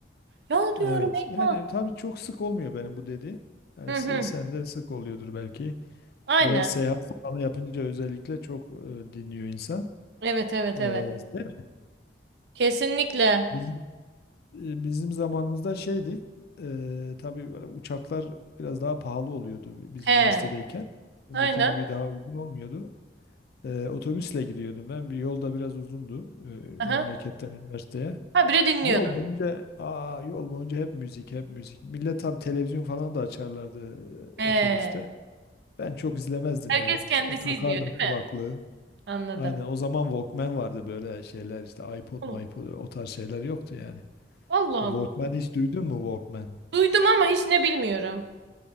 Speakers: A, on the right; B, on the left.
A: Ya diyorum
B: Evet.
A: eyvah.
B: Yani tabii çok sık olmuyor benim bu dediğim. Yani
A: Hı
B: se-
A: hı.
B: sende sık oluyordur belki.
A: Aynen.
B: Biraz seyahat falan yapınca özellikle çok e, dinliyor insan.
A: Evet evet
B: E,
A: evet.
B: değil
A: Kesinlikle.
B: mi? e, bizim zamanımızda şeydi. E, tabii böyle uçaklar biraz daha pahalı oluyordu bi- biz
A: He,
B: üniversitedeyken. Şimdiki
A: aynen.
B: gibi daha uygun olmuyordu. E, otobüsle gidiyordum ben. Bir yolda biraz uzundu e,
A: Aha.
B: memleketten üniversiteye.
A: Ha biri dinliyordu.
B: Yol boyunca aa, yol boyunca hep müzik, hep müzik. Millet tabii televizyon falan da açarlardı
A: He.
B: e, otobüste. Ben çok izlemezdim
A: Herkes
B: yani.
A: kendisi
B: Ta- Takardım
A: izliyor değil
B: kulaklığı.
A: mi? Anladım.
B: Aynen o zaman Walkman vardı böyle şeyler işte iPod,
A: Allah
B: iPod o tarz şeyler yoktu yani.
A: Allah.
B: Walkman
A: Allah.
B: hiç duydun mu Walkman?
A: Duydum ama hiç ne bilmiyorum.